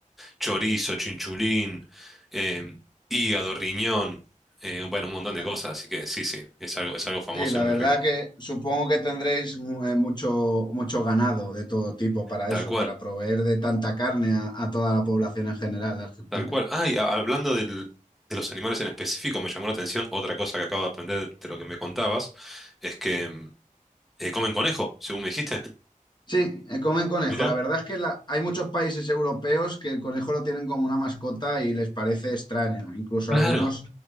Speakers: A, in the centre; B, on the left.
A: chorizo, chinchulín, em, hígado, riñón, eh, bueno, un montón
B: Claro.
A: de cosas, así que sí, sí, es algo, es algo famoso
B: Sí, la
A: y muy
B: verdad
A: rico.
B: que supongo que tendréis mu- eh, mucho, mucho ganado de todo tipo para
A: Tal
B: eso,
A: cual,
B: para proveer de tanta carne a, a toda la población en general de Argentina.
A: tal cual. Ah, y a- hablando del- de los animales en específico, me llamó la atención otra cosa que acabo de aprender de lo que me contabas, es que em, eh, comen conejo, según me dijiste. <laughs>
B: Sí, eh, comen conejo.
A: Mirá,
B: La verdad es que la- hay muchos países europeos que el conejo lo tienen como una mascota y les parece extraño. Incluso
A: claro.
B: algunos